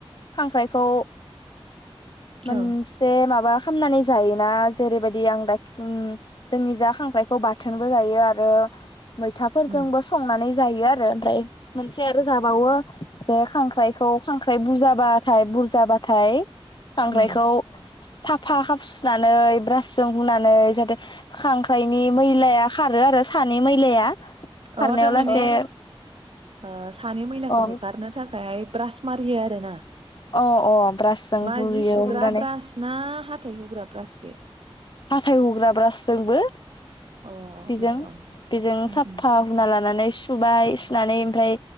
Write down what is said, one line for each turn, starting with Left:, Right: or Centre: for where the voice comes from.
Left: खांख्राइखौ मोनसे
Right: औ
Left: माबा खामनानै जायोना जेरैबायदि आं दा अम जोंनिजा खांखरायखौ बाथोनबो जायो आरो मैथाफोरजोंबो
Right: उम
Left: संनानै जायो आरो ओमफ्राय मानसे आरो जाबावो बे खांख्राइखौ-खांख्राइ बुजाबाथाय-बुरजाबाथाय खांख्राइखौ
Right: उम
Left: साफा सुनानै ब्रासजों हुनानै जाहाथे खां ख्रायनि मैलाया खारो आरो सानि मैलाया खारनायाव
Right: अ थारमाने
Left: लासै
Right: ओ सानि मैलाखौ
Left: अ
Right: होखारनो थाखाय ब्रास मारियो आरो ना
Left: अ अ ब्रासजों
Right: मा
Left: हुयो
Right: जि सुग्रा
Left: हुनानै
Right: ब्रास ना हाथाय हुग्रा ब्रास बे?
Left: हाथाइ हुग्रा ब्रासजोंबो
Right: अ
Left: बेजों-बेजों
Right: अ उम
Left: साफा
Right: उम
Left: हुना लानानै सुबाय सुनानै ओमफ्राय